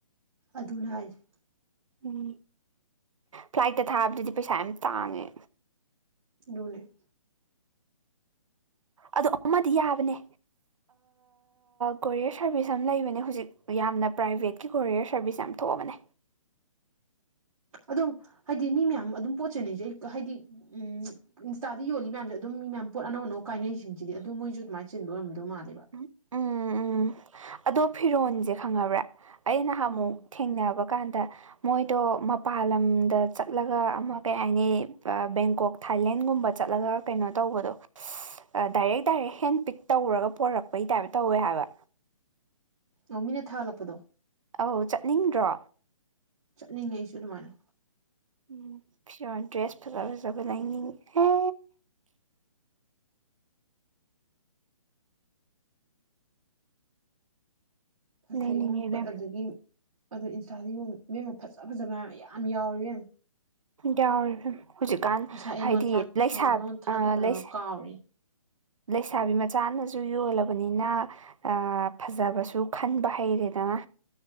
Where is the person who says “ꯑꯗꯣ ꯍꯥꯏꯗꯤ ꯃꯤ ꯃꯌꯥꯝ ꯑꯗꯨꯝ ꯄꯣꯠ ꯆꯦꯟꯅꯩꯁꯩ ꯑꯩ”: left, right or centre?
Right